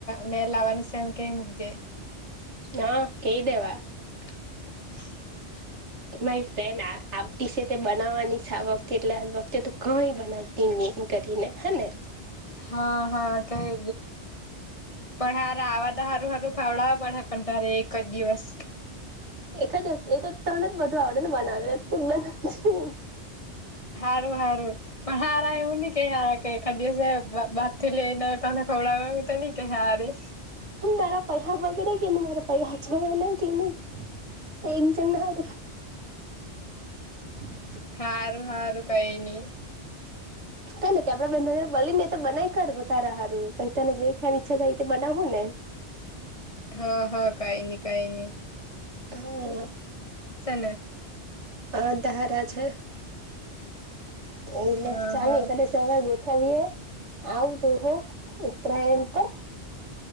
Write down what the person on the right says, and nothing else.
હા કઈ દેવા
મારી ફ્રેન્ડ આવતી છે તે બનાવવાની આ વખતે એટલે આજ વખતે તો કઈ બનાવતી ને એમ કરીને હે ને.
એાદ એ તો તણને જ બધું આવડે ને બનાવ બ
મારા પહ્યા બગડે કે ન મારા પૈ્યા જ બગના કે ન <unintelligible> એ જના હ <inaudible>
<inaudible> કાને કે આપડા બેનજ બો ને એ તો બનાવી કા તારા હારું પ તને જે ખવા ઈચ્છા થાય એ બનાવવું ને. <inaudible>
હા
અ ધારા છે. એલે
ચાલ
સવારે ગોઠવીએ આવ તોું હો ઉત્તરાયણ પણ